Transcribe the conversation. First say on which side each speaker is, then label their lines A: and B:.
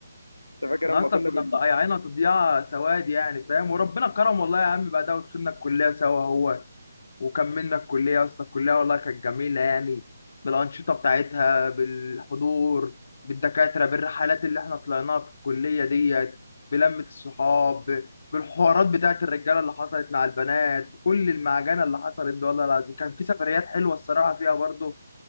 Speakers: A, on the left (about 70°); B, on the left (about 45°).
A: انت فاكر
B: احنا
A: اما
B: اصلا
A: كنا
B: كنا
A: بن
B: مضيعينها تضييع سواد يعني فاهم وربنا كرم والله يا عم بعدها ودخلنا الكليه سوا هو وكملنا الكليه يا اسطى الكليه والله كانت جميله يعني بالانشطه بتاعتها بالحضور بالدكاتره بالرحلات اللي احنا طلعناها في الكليه ديت بلمه الصحاب بالحوارات بتاعت الرجاله اللي حصلت مع البنات بكل المعجنه اللي حصلت دي والله العظيم كان في سفريات حلوه الصراحه فيها برضه